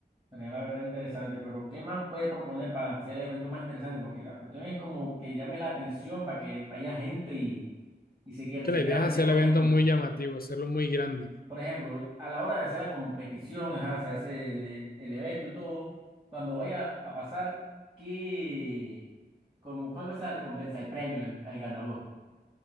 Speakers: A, on the right; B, on the left.
A: Sería la verdad interesante, pero ¿qué más puede proponer para hacer el evento más interesante? Porque la cuestión es como que llame la atención para que vaya gente y, y se quiera,
B: Que
A: se
B: la
A: quiera
B: idea
A: meter,
B: es hacer
A: por
B: el evento
A: ejemplo.
B: muy llamativo, hacerlo muy grande.
A: Por ejemplo, a la hora de hacer la competición, ajá, se hace el, el evento y todo, cuando vaya a pasar, ¿qué, como, cuál va a ser la recompensa, el premio al, al ganador?